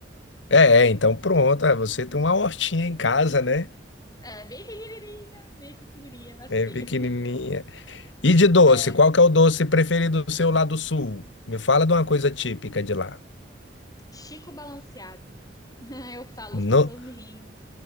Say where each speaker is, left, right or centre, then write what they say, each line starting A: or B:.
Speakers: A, on the left (about 80°); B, on the left (about 20°).
A: é, é, então pronto. ah, Você tem uma hortinha em casa, né?
B: É, bem pequenininha, bem pequenininha, mas
A: É
B: tenho.
A: pequenininha. E de doce,
B: É,
A: qual que é o doce preferido seu lá do sul? Me fala de uma coisa típica de lá.
B: Chico Balanceado. <laughs> Eu falo,
A: Não,
B: as pessoas riem.